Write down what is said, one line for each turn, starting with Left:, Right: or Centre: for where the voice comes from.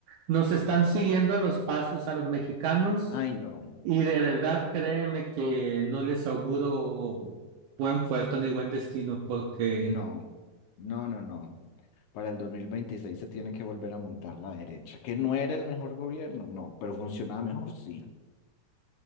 Right: nos están siguiendo los pasos a los mexicanos
Left: Ay, no,
Right: y de verdad créeme que no les auguro buen puerto ni buen destino porque
Left: no, no, no, no. Para el 2026 se tiene que volver a montar la derecha, que no era el mejor gobierno, no, pero funcionaba mejor, sí.